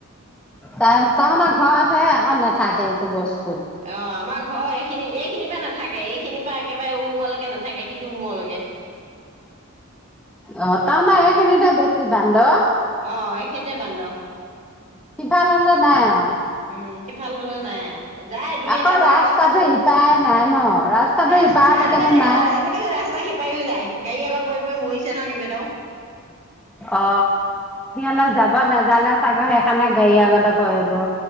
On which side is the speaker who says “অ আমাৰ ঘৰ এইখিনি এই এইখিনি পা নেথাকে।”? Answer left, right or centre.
Right